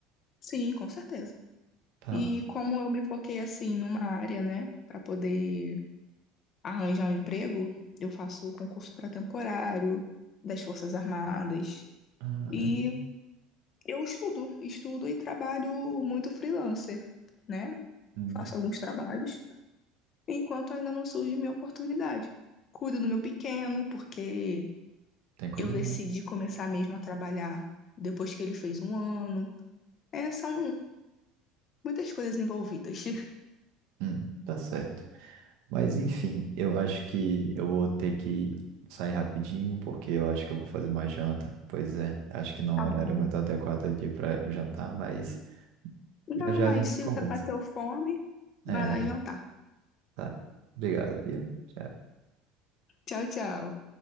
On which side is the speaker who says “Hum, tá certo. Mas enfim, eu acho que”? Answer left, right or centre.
Right